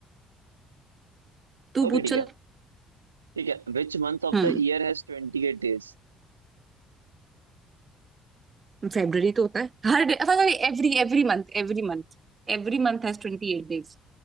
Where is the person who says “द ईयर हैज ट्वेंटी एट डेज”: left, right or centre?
Right